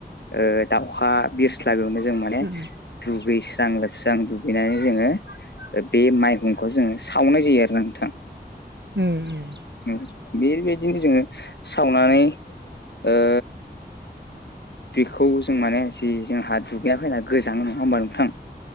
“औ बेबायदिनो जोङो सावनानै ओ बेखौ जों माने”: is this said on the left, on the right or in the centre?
Left